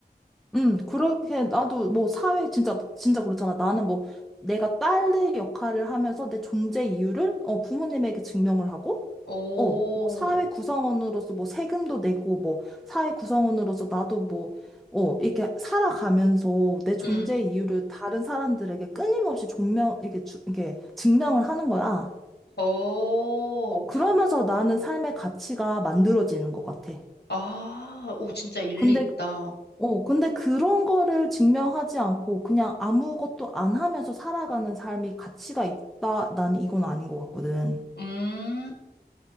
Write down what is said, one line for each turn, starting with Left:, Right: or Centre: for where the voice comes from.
Centre: 음, 그렇게, 나도 뭐 사회, 진짜, 진짜 그렇잖아. 나는 뭐, 내가 딸의 역할을 하면서 내 존재 이유를, 어, 부모님에게 증명을 하고,
Left: 오,
Centre: 어, 뭐 사회 구성원으로서 뭐 세금도 내고 뭐 사회 구성원으로서 나도 뭐 어, 이렇게 살아가면서 내 존재
Left: 응,
Centre: 이유를 다른 사람들에게 끊임없이 존명, 이게 주, 이게 증명을 하는 거야.
Left: 오
Centre: 어, 그러면서 나는 삶의 가치가 만들어지는 것 같아.
Left: 아, 오, 진짜 일리
Centre: 근데,
Left: 있다.
Centre: 어, 근데 그런 거를 증명하지 않고 그냥 아무것도 안 하면서 살아가는 삶이 가치가 있다. 나는 이건 아닌 것 같거든.
Left: 음,